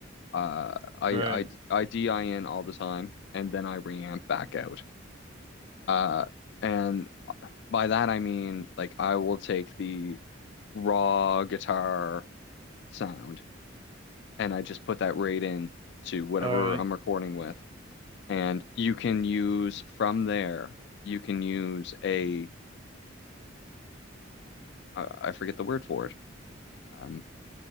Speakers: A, on the left; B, on the right.
A: Uh, I
B: All right.
A: I I DIN all the time, and then I reamp back out. Uh, and by that I mean like I will take the raw guitar sound and I just put that right in to whatever
B: All right.
A: I'm recording with. And you can use from there, you can use a uh, I forget the word for it. Um,